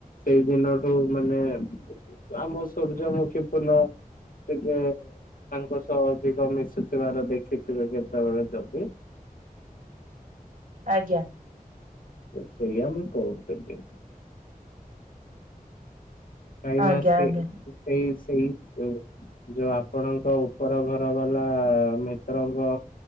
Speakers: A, on the left; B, on the right.
A: ସେଇ ଦିନଠୁ ମାନେ ଆମ ସୂର୍ଯ୍ୟମୁଖୀ ଫୁଲ ଟିକେ ତାଙ୍କ ସହ ଅଧିକ ମିଶୁଥିବାର ଦେଖିଥିବେ କେତେବେଳେ ଯଦି
B: ଆଜ୍ଞା।
A: ତ ସେଇୟା ମୁଁ କହୁଥିଲି। କାହିଁକି
B: ଆଜ୍ଞା
A: ନା ସେ
B: ଆଜ୍ଞା
A: ସେଇ ସେଇ ଯୋଉ ଆପଣଙ୍କ ଉପର ଘର ବାଲା ମିତ୍ରଙ୍କ